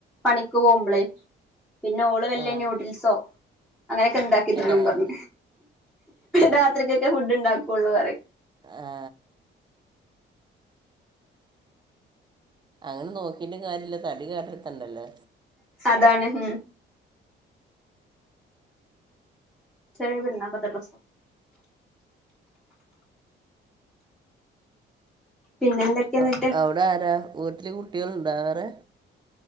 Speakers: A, in the centre; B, on the right.
A: പണിക്കുവോ മ്മളെ പിന്നെ ഓള് വല്യ
B: ആഹ്
A: നൂഡിൽസോ അങ്ങനെ ഒക്കെ ഇ ക്കെ തിന്നും
B: ഏഹ്
A: പർണു രാത്രിക്കെക്കെ ഫുഡ് ഇണ്ടാക്കൊള്ളു പറിം
B: ആ അങ്ങനെ നോ ക്കിയിട്ടും കാര്യയില്ല തടി കേട് വെര്ത്തെണ്ട അല്ലോ
A: അതാണ് ഉം ചെറിയ പെരുന്നാക്കത്തെ ഡ്രെസ്സ് പിന്നെ എന്തൊക്കെയാ
B: അ
A: എന്നിട്ട്
B: അയുടെ ആരാ വീട്ട്ൽ കുട്ടെൾ ഇണ്ടോ വേറെ